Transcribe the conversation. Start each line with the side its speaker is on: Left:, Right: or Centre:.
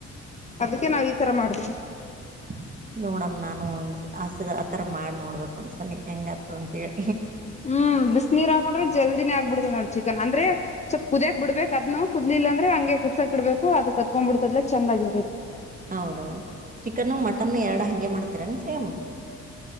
Left: ಅದಕ್ಕೆ ನಾವು ಈ ತರ ಮಾಡ್ದವಿ
Right: <inaudible> ನೋಡಮ್ಮ ನಾನು ಒ ಆಸದ ಆತರ ಮಾಡಿ ನೋಡ್ಬೇಕಕ್ ಒಂದ್ಸಲ ಹೆಂಗತು ಅಂತೇಳಿ
Left: ಹ್ಮ್ ಬಿಸ ನೀೀರ್ ಹಾಕೊಂಡ್ರೆ ಜಲ್ದಿನೇ ಆಗ್ಬಿಡ್ತದ ನೋಡ್ ಚಿಕನ್ ಅಂದ್ರೆ ಸ್ವಲ್ಪ್ ಕುದಿಯ್ಯಾಕ್ ಬಿಡ್ಬೇಕ ಅದ್ನು ಕುದ್ಿಲ್ಲಂದ್ರೆ ಹಂಗೆ ಕುುದಸಕ ಬಿಡ್ಬೇಕ ಅ ಕತ್ಕ್ ಬಿಡ್ತದಲ ಚಂದಾಗಿರ್ತತಿ
Right: ಹೌದೌದು ಚಿಕನ್ನು ಮಟನ್ನು ಎರಡು ಹಗೆ ಮಾಡ್ತೀರೇನು ಸೇಮು